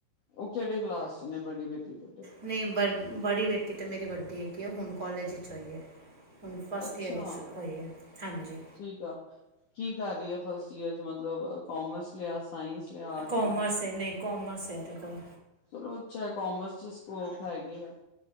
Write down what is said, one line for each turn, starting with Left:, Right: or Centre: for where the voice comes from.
Left: ਉਹ ਕਿਹੜੇ ਕਲਾਸ ਚ ਨੇ ਬੜੀ ਬੇਟੀ ਤੁਹਾਡੇ।
Right: ਨਹੀਂ ਬ ਬੜੀ ਬੇਟੀ ਤਾਂ ਮੇਰੀ ਵੱਡੀ ਹੈਗੀ ਹੈ ਹੁਣ ਕੋਲਜ ਇਚ ਹੋਈ ਏ। ਹੁਣ ਫਸਟ
Left: ਅੱਛਾ
Right: ਈਅਰ ਚ ਹੋਈ ਹੈ ਹਾਂਜੀ।
Left: ਠੀਕ ਆ ਕੀ ਕਰ ਰਹੀ ਆ ਫਸਟ ਈਅਰ ਚ ਮਤਲਬ ਕਾਮਰਸ ਲਿਆ ਸਾਇੰਸ ਲਿਆ, ਆਰਟ
Right: ਕਾਮਰਸ
Left: ਲਿਆ।
Right: ਹੈ ਨਹੀ ਕਾਮਰਸ ਹੈ ਇਹਦੇ ਕੋਲ।
Left: ਚਲੋ ਅੱਛਾ ਕੋਮਰਸ ਚ ਸਕੋਪ ਹੈਗੇ ਆ।